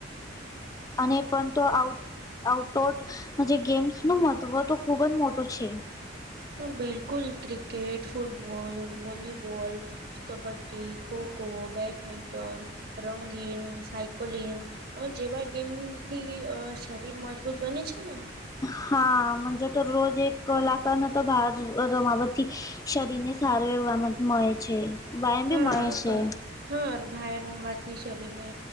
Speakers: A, on the left; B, on the right.
A: અને પણ તો આઉટ. આઉટડોર જે ગેમ્સ ન મહત્વ તો ખુબ જ મોટો છે.
B: હા! બિલકુલ. Cricket, football, volleyball. Kabaddi, kho kho, badminton, રંગીન સા કોલિંગ જેવા ગેમથી શરીર મજબૂત બને છે ને.
A: હાજે તો રોજ એક લખને તો બાર રમાવથી. શરીર ને સારો એમત મળે છે. વ્યાયામ બી
B: હા
A: મળે છે.
B: પણ હ ભાઈ. રમવાથી શરીર ને